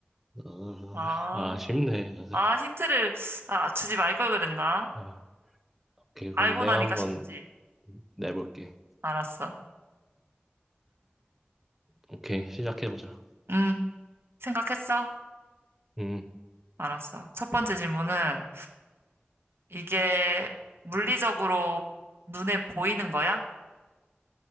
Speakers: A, in the centre; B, on the right (about 70°).
A: 어,
B: 아,
A: 아, 쉽네. 아,
B: 아, 힌트를, 아, 주지 말걸 그랬나?
A: 아, 오케이, 그럼
B: 알고
A: 내가
B: 나니까
A: 한번
B: 쉽지.
A: 내볼게.
B: 알았어.
A: 오케이, 시작해보자.
B: 응, 생각했어?
A: 음,
B: 알았어. 첫 번째 질문은, 이게 물리적으로 눈에 보이는 거야?